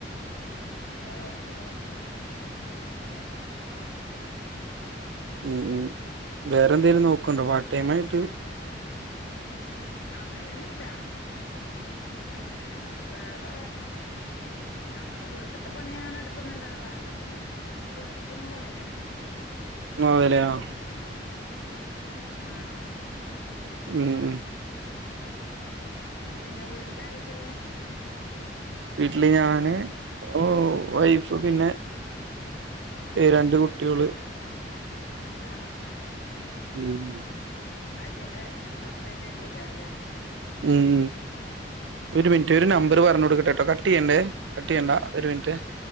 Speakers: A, on the left; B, on the right.
A: വേറെന്താ വിശേഷം അങ്ങനെ പോണ
B: ഉം ഉം വേറെ എന്തെലും നോക്കണ്ടോ പാർട്ട ടൈം ആയിട്ട്
A: അങ്ങനെയൊന്നുംല്ല പിന്നെ വേറെ ഞങ്ങെ വീട്ടത്തെ പണി അങ്ങനെ എടുക്കുന്നുണ്ട അ വേറെത്തും ജോലിക്കൊന്നും പോണില്ല
B: <unintelligible> ആ
A: ആ
B: ഉ ഉ
A: പിന്നെ വീട്ടിലാരൊക്കെള്ളേ
B: വീട്ടില് ഞാന് ഓ വൈഫ് പിന്നെ രണ്ട് കുട്ടികള്
A: ആഹ
B: ഉം
A: ഒറ്റക്കെ സപ്പറേറ്റ് ആയിട്ടേക്കാരല്ലേ
B: ഉം ഒരു മിനിറ്റ് ഒരു നമ്പറ് പറഞ്ഞു കൊടുക്കട്ടെ കേട്ടോ കട്ട് ചെയ്യണ്ടേ ട്ട് ചെയ്യണ്ട ഒരു മിനുറ്റേ
A: ആഹ്